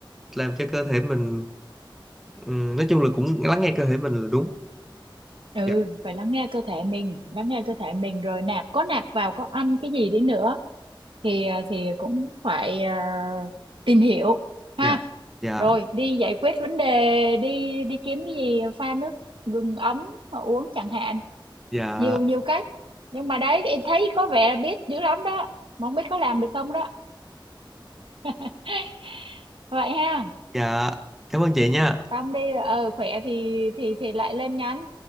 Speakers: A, in the centre; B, on the right.
A: làm cho cơ thể mình ừ, nói chung là cũng lắng nghe cơ thể mình là đúng
B: ừ
A: dạ
B: phải lắng nghe cơ thể mình lắng nghe cơ thể mình rồi nạp có nạp vào có ăn cái gì đi nữa thì ờ, thì cũng phải ờ, tìm hiểu ha
A: dạ dạ
B: rồi đi giải quyết vấn đề đi đi kiếm cái gì pha nước gừng ấm mà uống chẳng hạn
A: dạ
B: nhiều nhiều cách nhưng mà đấy em thấy có vẻ biết dữ lắm đó mà không biết có làm được không đó <laughs> vậy ha
A: dạ cảm ơn chị nha
B: xong đi ờ khỏe thì thì thì lại lên nhắn